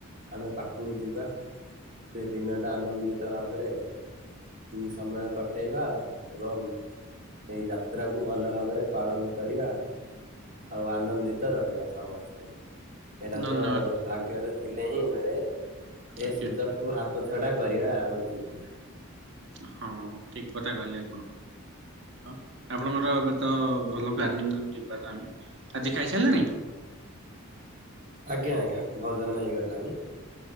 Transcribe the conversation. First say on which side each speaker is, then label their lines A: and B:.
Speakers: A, on the right; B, on the right.
A: ଆମେ ପାଖକୁ ଯିବା ସେ ଦିନଟା ଆନନ୍ଦିତ ଭାବରେ ଉଁ ସମୟ କଟେଇବା ଏବଂ ଏଇ ଯାତ୍ରାକୁୁ ଭଲ ଭାବରେ ପାଳନ୍ କରିବା। ଆଉ ଆନନ୍ଦିତ ରହିବା ସମସ୍ତେ ଏଇଟା
B: ଧନ୍ୟବାଦ
A: ତ ଭାଗ୍ୟରେ ଥିଲେ ହିଁ ମିଳେ ଏ
B: ଆଜ୍ଞା
A: ସୁଯୋଗକୁୁ ହାତ ଛଡା କରିବା ଉଚିତ ନୁହେଁ।
B: ହଁ ଠିକ କଥା କହିଲେ ଆପଣ। ଆଉ ଆପଣଙ୍କର ଏବେ ତ ଭଲ ପ୍ଲାନିଂ ଙ୍କ ଯିବାର ଆମେ। ଆଜି ଖାଇ ସାଇଲେଣି?
A: ଆଜ୍ଞା ଆଜ୍ଞା ଭୋଜନ ହେଇଗଲାଣି।